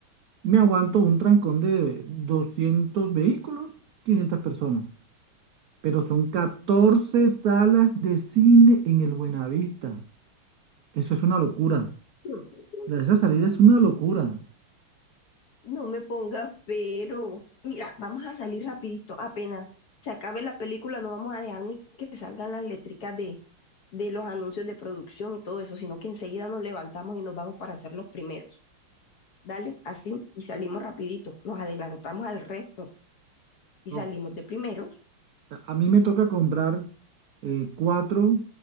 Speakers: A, on the right; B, on the left.
A: Me aguanto un trancón de 200 vehículos, 500 personas. pero son 14 salas de cine en el Buenavista. Eso es una locura.
B: <laughs>
A: La- Esa salida es una locura.
B: No me pongas pero. Mira, vamos a salir rapidito, apenas se acabe la película, no vamos a dejar ni que salgan las letricas de, de los anuncios de producción y todo eso, sino que enseguida nos levantamos y nos vamos para ser los primeros. Dale, así, y salimos rapidito, nos adelantamos al resto y
A: No,
B: salimos de primeros.
A: a a mí me toca comprar eh, cuatro